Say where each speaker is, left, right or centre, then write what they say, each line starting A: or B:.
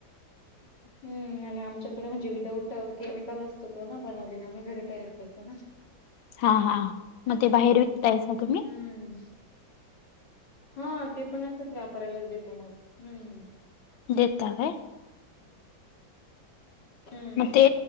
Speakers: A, on the left; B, on the left.
A: हम्म आणि आमच्याकडे म्हणजे विदाउट केमिकल असतो तो ना बनवलेला आम्ही घरी तयार करतो ना
B: हा हा मग ते बाहेर विकतायना तुम्ही?
A: हम्म हा ते पण असंच वापरालाच देतो मग हम्म
B: देता होय
A: हम्म
B: मग ते